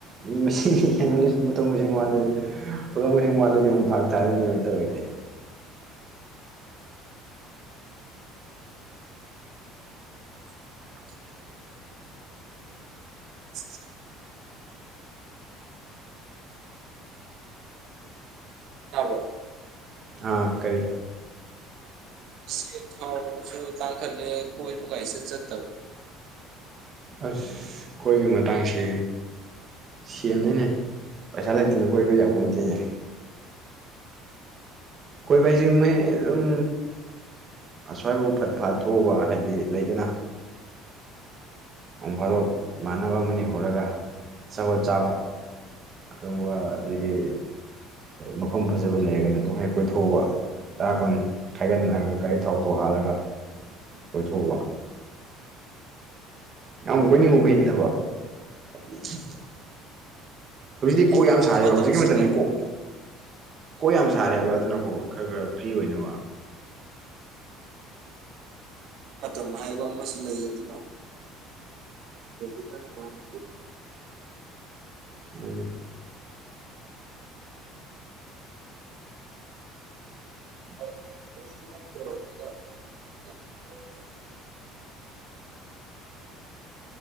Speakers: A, on the right; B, on the right.
A: ꯃꯤ ꯃꯁꯤꯡ ꯍꯦꯟꯒꯠꯂꯛꯑꯁꯨ ꯄꯣꯠꯊꯣꯛ ꯃꯁꯤꯡ ꯋꯥꯠꯂꯦ ꯄꯣꯠꯊꯣꯛ ꯃꯁꯤꯡ ꯋꯥꯠꯂꯗꯤ ꯑꯃꯨꯛ ꯐꯥꯔꯛ ꯇꯥꯗꯨꯏꯅꯦ ꯌꯦꯡꯉꯣ ꯇꯧꯔꯤꯁꯦ
B: <inaudible> <inaudible> ꯇꯥꯕ꯭ꯔꯣ
A: ꯑ ꯀꯔꯤ
B: ꯁꯦ ꯊꯥꯎ ꯅꯨꯡꯁꯨ ꯇꯥꯡꯈꯠꯂꯦ ꯀꯣꯏꯕꯒꯥꯏꯁꯦ ꯆꯠꯇꯕ
A: ꯑꯁ ꯀꯣꯏꯕꯩ ꯃꯇꯥꯡꯁꯦ ꯁꯦꯜꯅꯤꯅꯦ ꯄꯩꯁꯥ ꯂꯩꯇꯅ ꯀꯣꯏꯕ ꯌꯥꯄꯣꯟꯇꯦꯅꯦ ꯀꯣꯏꯕꯥ ꯍꯥꯏꯁꯦꯃꯦ ꯑꯗꯨꯝ ꯑꯁ꯭ꯋꯥꯏꯐꯧ ꯐꯠ ꯐꯥꯠꯊꯎꯕ ꯍꯥꯏꯗꯤ ꯂꯩꯗꯅ ꯅꯣꯡ ꯐꯥꯗꯣꯛ ꯏꯃꯥꯟꯅꯕ ꯑꯃꯅꯤ ꯍꯧꯔꯒ ꯑꯆꯄꯣꯠ ꯆꯥꯕ ꯑꯗꯨꯒꯝꯕ ꯑꯗꯒꯤ ꯃꯐꯝ ꯐꯖꯕ ꯂꯩꯔꯒꯅꯣ ꯍꯦꯛ ꯀꯣꯏꯊꯣꯛꯧꯕ ꯇꯔꯥ ꯀꯨꯟ ꯈꯥꯏꯒꯠꯒ ꯒꯥꯔꯤ ꯊꯥꯎ ꯊꯧ ꯍꯥꯜꯂꯒ ꯀꯣꯏꯊꯣꯛꯎꯕ ꯌꯥꯝ ꯀꯣꯏꯅꯤꯡꯕ ꯑꯣꯏꯩꯗꯕ <unintelligible> ꯍꯧꯖꯤꯛꯇꯤ
B: ꯍꯣꯏꯗꯤ
A: ꯀꯣꯛ ꯌꯥꯝ
B: ꯍꯧꯖꯤꯛ
A: ꯁꯥꯔꯤꯕꯦꯕ
B: ꯃꯇꯝꯁꯤꯗ
A: ꯍꯧꯖꯤꯛꯀꯤ ꯃꯇꯝꯁꯤ ꯀꯣꯛ ꯀꯣꯛ ꯌꯥꯝ ꯁꯥꯔꯦꯕ ꯑꯗꯨꯅꯀꯣ ꯈꯔ ꯈꯔ ꯐ꯭ꯔꯤ ꯑꯣꯏꯅꯕ
B: ꯑꯣ ꯃꯥꯌꯥꯝꯕ ꯑꯃꯁ ꯂꯩ ꯑꯗꯨ ꯑꯦꯗꯤꯅꯅꯦ
A: ꯍꯣꯏꯅꯦ
B: <unintelligible>